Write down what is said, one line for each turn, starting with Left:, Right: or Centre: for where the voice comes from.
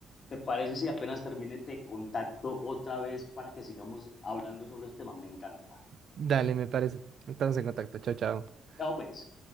Left: ¿Te parece si apenas termine te contacto otra vez para que sigamos hablando sobre este tema? Me encanta.
Right: Dale, me parece. Estamos en contacto. Chao, chao.
Left: Chao, pues.